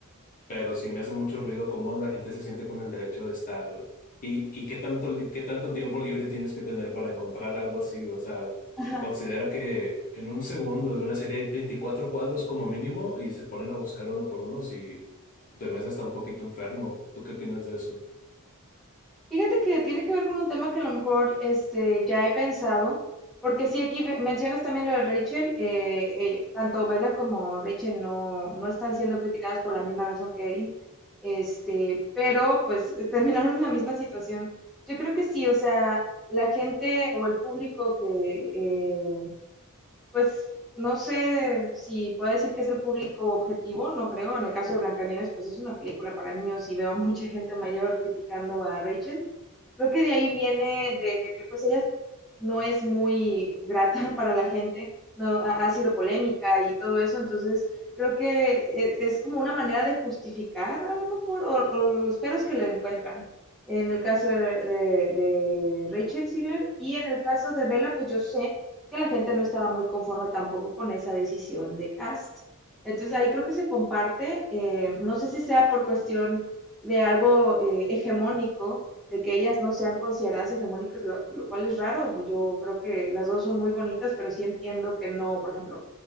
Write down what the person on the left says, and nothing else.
pero sí me hace mucho ruido cómo la gente se siente con el derecho de estar y, y qué tanto, li- qué tanto tiempo libre tienes que tener para encontrar algo así. O sea,
considera que en un segundo de una serie hay 24 cuadros como mínimo y se ponen a buscar uno por uno. Si te me hace hasta un poquito enfermo, ¿tú qué opinas de eso?